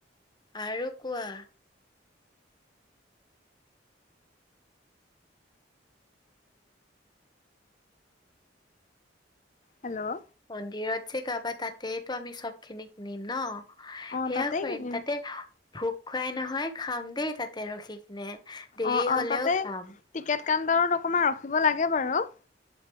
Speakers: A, on the left (about 25°); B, on the left (about 40°).
A: আৰু কোৱা?
B: হেল্লো'
A: মন্দিৰত যে পাবা তাতেতো আমি চব খিনি কিনিম ন?
B: অ',
A: সেয়া
B: তাতেই
A: কৰিম
B: কিনিম
A: তাতে ভোক খুৱাই নহয় খাম দেই তাতে ৰখি কিনে। দেৰি
B: অ অ,
A: হলেও
B: তাতে
A: খাম
B: টিকেট কাউণ্টাৰত অকমান ৰখিব লাগে বাৰু।